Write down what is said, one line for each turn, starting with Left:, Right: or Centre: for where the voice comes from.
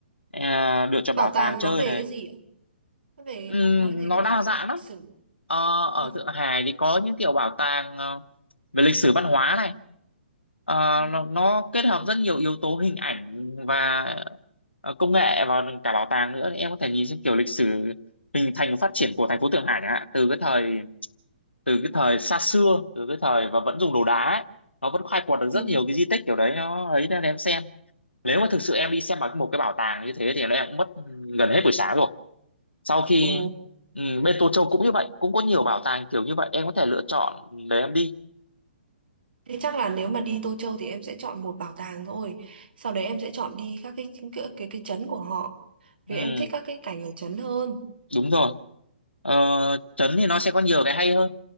Left: à, lựa chọn
Right: bảo
Left: bảo
Right: tàng
Left: tàng chơi
Right: nó về
Left: này
Right: cái gì ạ? Nó về
Left: Ừm,
Right: nó nói về
Left: nó
Right: cái gì
Left: đa
Right: kiểu
Left: dạng
Right: lịch
Left: lắm
Right: sử.
Left: Ờ,
Right: Ờ.
Left: ở Thượng Hải thì có những kiểu bảo tàng ờ, về lịch sử văn hóa này Ờ,
Right: Ừ.
Left: nó, nó kết hợp rất nhiều yếu tố hình ảnh và ờ, công nghệ vào cả bảo tàng nữa Thì em có thể nhìn xem kiểu lịch sử hình thành và phát triển của thành phố Thượng Hải chẳng hạn từ cái thời từ cái thời xa xưa từ cái thời và vẫn dùng đồ đá ấy, nó vẫn khai quật được rất
Right: Ừ.
Left: nhiều cái di tích kiểu đấy nó ấy nên em xem nếu mà thực sự em đi xem bằng một cái bảo tàng như thế thì em cũng mất gần hết buổi sáng rồi sau khi
Right: Ồ,
Left: ừ, bên Tô Châu cũng như vậy cũng có nhiều bảo tàng kiểu như vậy em có thể lựa chọn để em đi
Right: thế chắc là nếu mà đi Tô Châu thì em sẽ chọn một bảo tàng thôi. Sau đấy em sẽ chọn đi các cái cái cái, cái trấn của họ. Vì
Left: ừ,
Right: em thích các cái cảnh ở trấn hơn,
Left: đúng rồi ờ, Trấn thì nó sẽ có nhiều cái hay hơn